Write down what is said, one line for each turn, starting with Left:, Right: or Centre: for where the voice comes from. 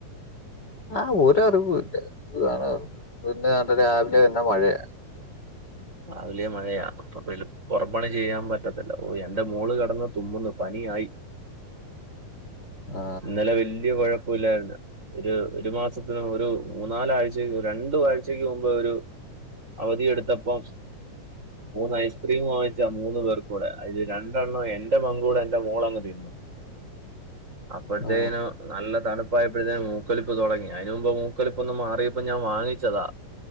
Left: ആഹ് ഒരറിവുല്ല <unintelligible> ഇന്ന് രാവിലെ തന്നെ മഴയ
Right: രാവിലെ മഴയാ പുറം പണി ചെയ്യാൻ പറ്റത്തില്ല ഓ എന്റെ മോള് കെടന്ന് തുമ്മുന്ന് പനിയായി
Left: ആ,
Right: ഇന്നലെ വല്ല്യ കുഴപ്പല്ലായിര്ന്ന് ഒരു ഒരു മാസത്തിന് ഒരു മൂന്നാലാഴ്ചക്ക് രണ്ടു ആഴ്ചക്ക് മുമ്പ് ഒരു അവധി എടുത്തപ്പോം ഉ <inaudible> മൂന്ന് ഐസ്ക്രീം വാങ്ങിച്ചാ മൂന്ന് പേർകൂടെ അയില് രണ്ടെണ്ണം എന്റെ പങ്കൂടെ എന്റെ മോളങ് തിന്നു അപ്പത്തേക്ക്‌നും
Left: ആ,
Right: നല്ല തണുപ്പായപ്പോഴത്തേന് മൂക്കലിപ്പ് തൊടങ്ങി അഴിന് മുമ്പ് മൂക്കലിപ്പ് ഒന്ന് മാറിയപ്പോ ഞാൻ വാങ്ങിച്ചതാ